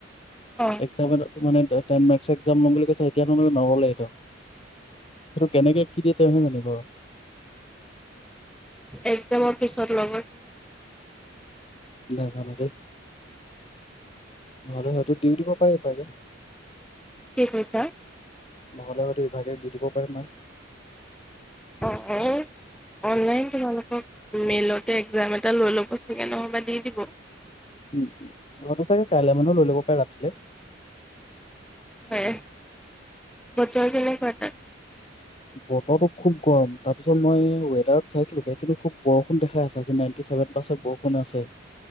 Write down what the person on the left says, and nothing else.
এক্সপ মানে টেন মাৰ্কস একজাম ল'ম বুলি কৈছে এতিয়া তোকে নগ'লে এই সেইটো কেনেকে কি দিয়ে তেওঁহে জানিব আৰু
দাদাধ নতে নহলে হয়তো দিউ দিব পাৰে পে
নহ'লে হয়তো ইভাগে দি দিব পাৰে না
উ উ হয় চাগে কাইলে মানো লৈ লব পাৰে ৰাতিলে
বতৰটো খুব গৰম তাৰপিছত মই ৱেডাৰত চাইছিলোগে কিন্তু খুব বৰষুণ দেখাই আছে আজি নাইনটি চছেভেন পাৰ্চেণ্ট বৰষুণ আছে